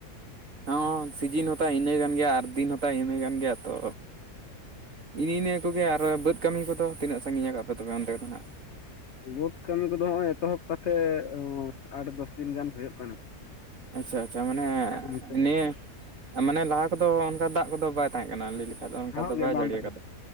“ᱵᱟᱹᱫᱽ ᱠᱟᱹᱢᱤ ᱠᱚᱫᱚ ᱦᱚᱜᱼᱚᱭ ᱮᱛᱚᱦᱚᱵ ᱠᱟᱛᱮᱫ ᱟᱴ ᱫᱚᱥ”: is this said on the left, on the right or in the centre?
Left